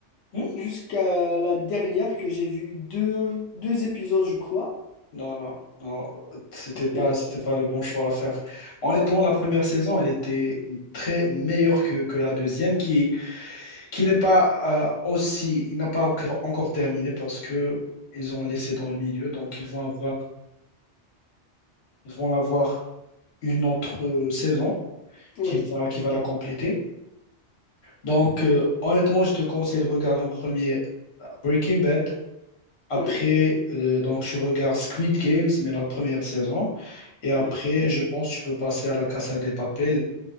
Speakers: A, on the left (about 65°); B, on the left (about 80°).
A: Hmm
B: jusqu'à la dernière que j'ai vu deux, deux épisodes, je crois.
A: Non, non, non, c'était
B: Donc,
A: pas,
B: euh,
A: c'était pas le bon choix à faire. Honnêtement,
B: bah,
A: la première saison, elle était très meilleure que, que la deuxième, qui, qui n'est pas euh, aussi, il n'a pas encore encore terminé parce que ils ont laissé dans le milieu, donc ils vont avoir, ils vont avoir une autre euh, saison
B: oui,
A: qui va, qui va la compléter. Donc, euh, honnêtement, je te conseille de regarder en premier Breaking Bad. Après,
B: oui,
A: euh, donc tu regardes Squid Games, mais la première saison. Et après,
B: oui,
A: je pense que tu peux passer à la Casa des Papel.